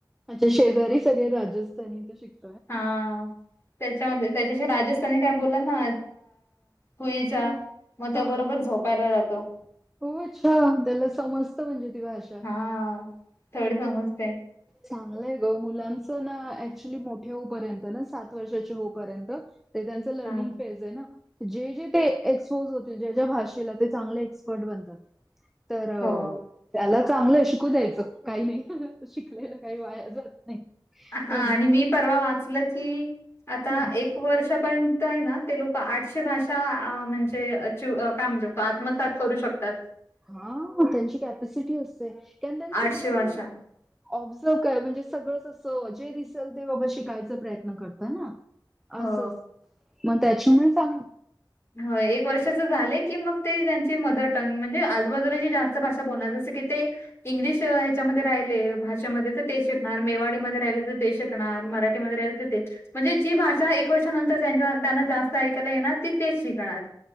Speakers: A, in the centre; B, on the left.
A: अच्छा शेजारी सगळे राजस्थानी तर शिक
B: हां त्याच्यामध्ये त्याच्या जशे राजस्थानी काय बोलेना होईल चहा
A: हा
B: मग तो
A: हा.
B: बरोबर झोपायला जातो.
A: हो अच्छा त्याला समजत म्हणजे ती भाषा.
B: हा थोडी समजते
A: चांगलंय ग मुलांच ना ऍक्च्युली मोठे होऊपर्यंत ना सात वर्षाचे होऊपर्यंत ते त्यांच लर्निग
B: हा
A: फेज आहे ना. जे जे ते एक्सपोज होतील ज्या ज्या भाषेला ते चांगले एक्सपर्ट बनतात. तर
B: हो
A: त्याला चांगलय शिकू द्यायचं काही नाही शिकलेल काही वाया जात नाही.
B: हां
A: हो
B: आणि
A: ना.
B: मी परवा वाचल की आता
A: हं.
B: एक वर्षापर्यंत आहे ना ते लोक आठशे भाषा म्हणजे काय म्हणुशकतो आत्मसात करू शकतो. तात
A: हा त्यांची कॅपसिटी असते कारण त्यांच
B: आठशे
A: ब्रेन
B: भाषा
A: ऑब्झर्व काय म्हणजे सगळं असं जे दिसेल ते बाबा शिकायचा प्रयत्न करता ना?
B: हो
A: असं मग त्याच्यामुळे चांग
B: हो एक वर्षाच झाले की मग ते त्यांचे मदर टंग म्हणजे आजूबाजूला जे जास्त भाषा बोलणार जस की ते इंग्लिश ह्यच्यामध्ये राहिले भाषेमध्ये तर ते शिकणार मेवाडीमध्ये राहिले तर ते शि शिकणार मराठी मध्ये राहिले तर तेच म्हणजे जी भाषा <unintelligible> एक वर्षानंतर त्यांना जास्त ऐकायला येणार तेच शिकणार.